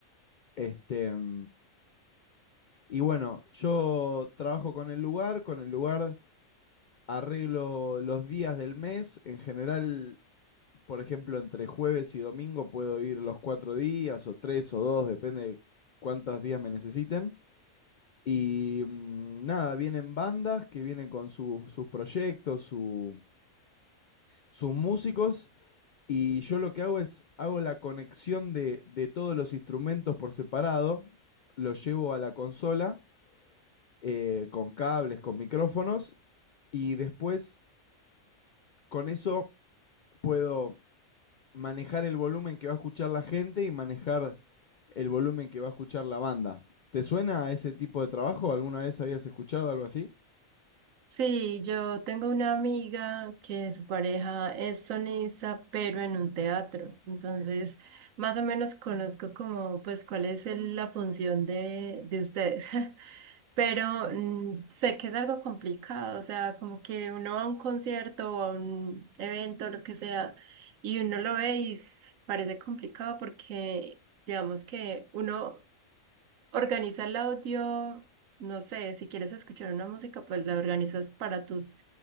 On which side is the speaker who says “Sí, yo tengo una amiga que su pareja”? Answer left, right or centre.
Right